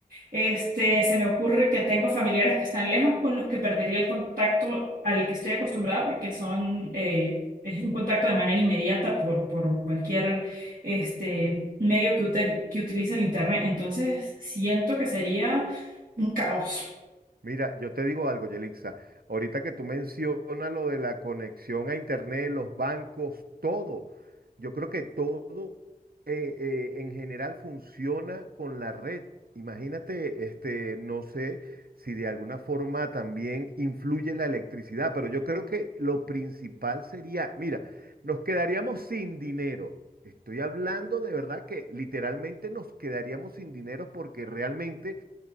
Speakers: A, on the right; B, on the right.
A: Este, se me ocurre que tengo familiares que están lejos con los que perdería el contacto al que estoy acostumbrada porque son eh, es un contacto de manera inmediata por, por cualquier este, medio que, util- que utilice el internet. Entonces siento que sería un caos.
B: Mira, yo te digo algo, Yelixa. Ahorita que tú mencionas lo de la conexión a internet, los bancos, todo, yo creo que todo eh, eh, en general funciona con la red. Imagínate, este, no sé si de alguna forma también influye la electricidad, pero yo creo que lo principal sería, mira, nos quedaríamos sin dinero. Estoy hablando de verdad que literalmente nos quedaríamos sin dinero porque realmente